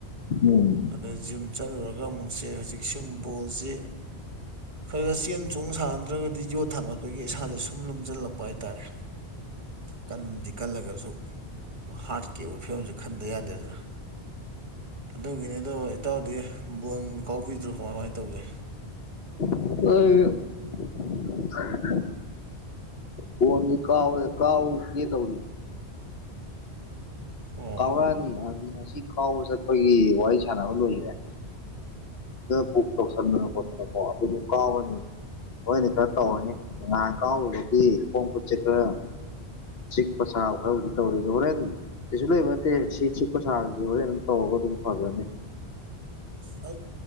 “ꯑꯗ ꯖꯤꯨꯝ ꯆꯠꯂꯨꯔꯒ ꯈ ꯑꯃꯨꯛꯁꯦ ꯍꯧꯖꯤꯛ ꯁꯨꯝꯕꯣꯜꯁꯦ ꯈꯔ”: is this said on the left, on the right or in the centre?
Right